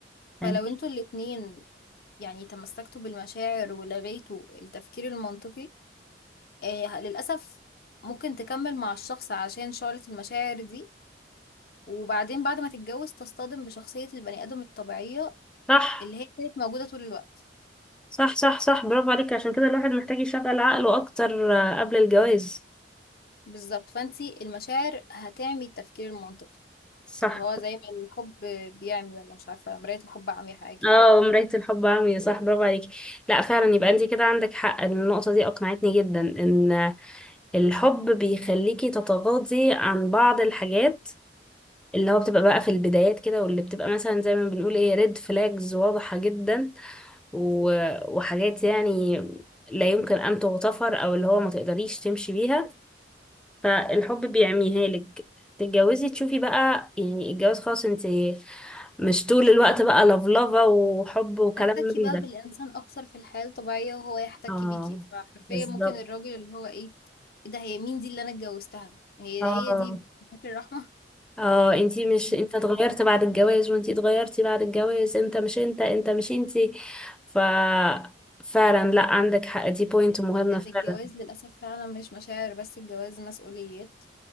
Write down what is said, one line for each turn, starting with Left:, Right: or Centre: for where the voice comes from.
Centre: تمام
Left: فلو انتوا الاتنين يعني تمسكتوا بالمشاعر ولغيتوا التفكير المنطقي آه للأسف ممكن تكمل مع الشخص عشان شعلة المشاعر دي وبعدين بعد ما تتجوز تصطدم بشخصية البني آدم الطبيعية
Centre: صح
Left: اللي هي كانت موجودة طول الوقت
Centre: صح صح صح برافو عليك عشان كده الواحد محتاج يشغل عقله أكتر آه، قبل الجواز
Left: بالظبط فانتي المشاعر هتعمي التفكير المنطقي
Centre: صح
Left: اللي هو زي ما الحب بيعمي ولا مش عارفة مراية الحب عمي حاجة كده
Centre: اه مراية الحب عمياء صح برافو عليكي لا فعلا يبقى انت كده عندك حق النقطة دي أقنعتني جدا ان الحب بيخليكي تتغاضي عن بعض الحاجات اللي هو بتبقى بقى في البدايات كده واللي بتبقى مثلا زي ما بنقول ايه ريد فلاجز واضحة جدا و- وحاجات يعني لا يمكن أن تغتفر أو اللي هو ما تقدريش تمشي بيها فالحب بيعميها لك تتجوزي تشوفي بقى يعني الجواز خلاص انت مش طول الوقت بقى لفلفة وحب وكلام
Left: تحتكي
Centre: من
Left: بقى
Centre: ده
Left: بالإنسان أكتر في الحياة الطبيعية وهو يحتكي
Centre: اه
Left: بيكي فحرفيا
Centre: بالظبط
Left: ممكن الراجل اللي هو إيه إيه ده هي مين دي اللي أنا اتجوزتها هي
Centre: اه
Left: هي دي فاكر الرحمة
Centre: اه انتي مش
Left: <laughs>
Centre: انت اتغيرت
Left: كده
Centre: بعد الجواز وانتي اتغيرتي بعد الجواز انت مش انت انت مش انتي ف فعلا لا عندك حق دي بوينت مهمة
Left: لأن
Centre: فعلا
Left: الجواز للأسف فعلا مش مشاعر بس الجواز مسؤوليات